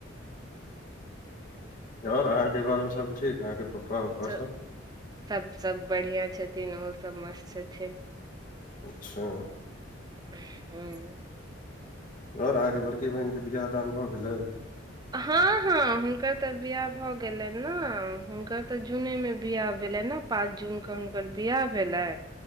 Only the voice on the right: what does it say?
सभ
सब बढ़िआ छथिन ओहो सब मस्त छथिन
<unintelligible>
हँ हँ हुनकर तऽ बिियाह भऽ गेलनि नऽ हुनकर तऽ जूने मे बिियाह भेलनि नऽ पाँच जून के हुनकर बिियाह भेलै